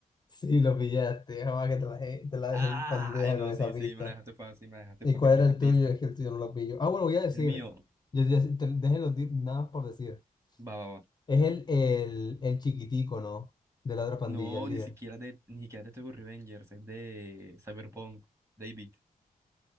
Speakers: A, on the left (about 30°); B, on the right (about 20°).
A: Sí, lo pillaste. Jamás que te la, dejé- te la
B: Ah,
A: dejé en bandeja
B: Ay, no,
A: con esa
B: sí, sí,
A: pista.
B: me la dejaste fácil, me la dejaste
A: ¿Y
B: fácil
A: cuál
B: con
A: era
B: esa
A: el tuyo?
B: pista.
A: Es que el tuyo no lo pillo. Ah, bueno, voy a decir.
B: El mío,
A: Yo, yo- te- déjenlo di- nada más por decir.
B: va, va, va.
A: Es el, el, el chiquitico, ¿no? De la otra pandilla,
B: No,
A: el
B: ni
A: líder.
B: siquiera de, ni siquiera de Tokyo Revengers, es de Cyberpunk, David.